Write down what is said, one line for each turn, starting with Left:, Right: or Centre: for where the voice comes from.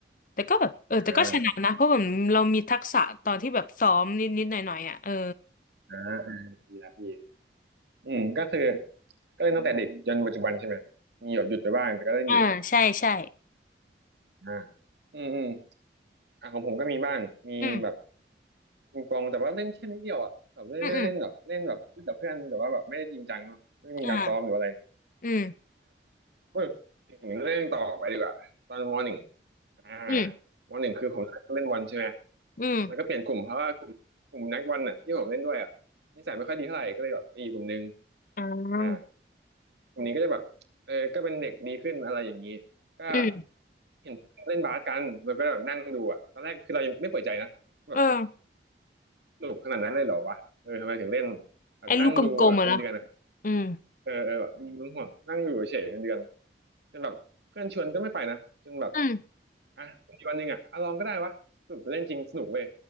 Left: แต่ก็แบบเออแต่ก็ชนะนะเพราะแบบเรามีทักษะตอนที่แบบซ้อมนิดๆหน่อยๆอ่ะเออ
Right: อ่าอ่าอ่าดีละดีอืมก็คือก็เล่นตั้งแต่เด็กจนปัจจุบันใช่ไหมมีแบบหยุดไปบ้างแต่ก็เล่นอยู่
Left: อ่าใช่ใช่
Right: อ่าอืมอืมอ่ะของผมก็มีบ้างมีแบบ
Left: อืม
Right: ปิงปองแต่ว่าเล่นแค่นิดเดียวอ่ะแบบเล่นไม่ได้เล่นแบบเล่นแบบเล่นกับเพื่อนแต่ว่าแบบไม่ได้จริงจังเนาะไม่มีการซ้อมหรืออะไร
Left: อืมอืมอ่าอืม
Right: พูดถึงเรื่องต่อไปดีกว่าตอนมหนึ่งอ่า
Left: อืม
Right: มหนึ่งคือผมเล่นบอลใช่ไหม
Left: อืม
Right: แล้วก็เปลี่ยนกลุ่มเพราะว่ากลุ่มกลุ่มนักบอลน่ะที่ผมเล่นด้วยอ่ะนิสัยไม่ค่อยดีเท่าไหร่ก็เลยแบบไปอยู่กลุ่มนึง
Left: อ่า
Right: อ่ากลุ่มนี้ก็จะแบบเออก็เป็นเด็กดีขึ้นอะไรอย่างนี้ก็
Left: อืม
Right: เห็นเล่นบาสกันแล้วก็แบบนั่งดูอ่ะตอนแรกคือเรายังไม่เปิดใจนะแบบ
Left: เออ
Right: สนุกขนาดนั้นเลยเหรอวะเออทำไมถึงเล่นแบบนั่งดูอ่ะเป็นเดือนอะ
Left: ไอ้ลูกกลมๆอะเนาะอืม
Right: เออเออแบบมีเ่วงห่วงนั่งดูเฉยๆเป็นเดือนจนแบบเพื่อนชวนก็ไม่ไปนะจนแบบ
Left: อืม
Right: อ่ะมีวันหนึ่งอ่ะอ่ะลองก็ได้วะสนุกเล่นจริงสนุกเว้ย